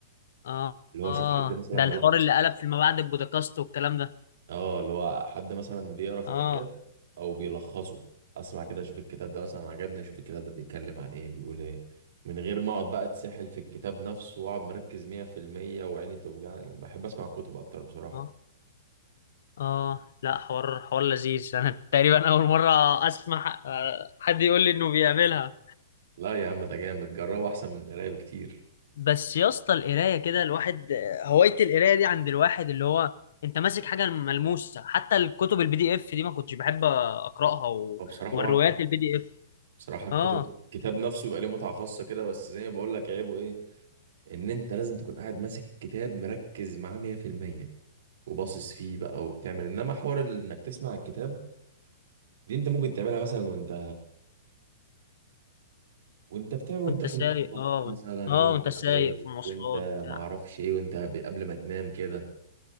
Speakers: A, on the left; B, on the right.
A: اه
B: اللي هو
A: اه
B: أشوف حد مثلا
A: ده
B: ملخص
A: الحوار اللي قلب فيما بعد البودكاست والكلام ده
B: اه اللي هو حد مثلا بيقرا في
A: اه
B: الكتاب او بيلخصه اسمع كده اشوف الكتاب ده مثلا عجبني اشوف الكتاب ده بيتكلم عن ايه بيقول ايه من غير ما اقعد بقى اتسحل في الكتاب نفسه واقعد مركز 100% وعيني توجعني بحب اسمع الكتب اكتر بصراحة
A: اه اه لا حوار حوار لذيذ انا تقريبا اول مره اسمع آه، حد يقول لي انه بيعملها
B: لا يا عم ده جامد جربه احسن من القراية بكتير
A: بس يا اسطى القرايه كده الواحد هوايه القرايه دي عند الواحد اللي هو انت ماسك حاجه ملموسه حتى الكتب البي دي اف دي ما كنتش بحب اقراها و...
B: هو بصراحة
A: والروايات
B: معاك حق
A: البي دي اف
B: بصراحة الكتب
A: اه
B: الكتاب نفسه بيبقى ليه متعة خاصة كده بس زي ما بقول لك عيبه ايه ان انت لازم تكون قاعد ماسك الكتاب مركز معاه 100% وباصص فيه بقى وبتعمل انما حوار انك تسمع الكتاب دي انت ممكن تعملها مثلا وانت وانت بتعمل وانت
A: وانت
B: في
A: سايق
B: المطبخ
A: اه وانت
B: مثلا
A: اه
B: وانت
A: وانت
B: سايق
A: سايق في مواصلات
B: وانت
A: بتاع
B: ما اعرفش ايه وانت ب- قبل ما تنام كده